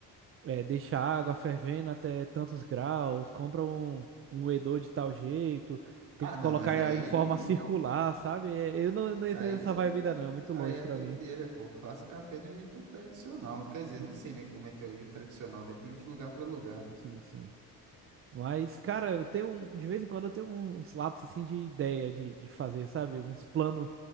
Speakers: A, on the right; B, on the right.
A: é, deixa a água fervendo até tantos graus, compra um, um moedor de tal jeito, tem
B: Ah,
A: que colocar
B: não, mas aí,
A: em forma <laughs> circular, sabe? É, Eu não, não entrei
B: aí
A: nessa
B: é,
A: vibe ainda não, é muito
B: aí
A: longe
B: é
A: pra
B: doideira,
A: mim.
B: pô. Faça café do jeito tradicional. Quer dizer,
A: Hum.
B: não sei, né, como é que é o jeito tradicional, depende de lugar pra lugar.
A: Sim, sim. Mas, cara, eu tenho, um- de vez em quando eu tenho uns lapsos assim de ideia de, de fazer, sabe? Uns planos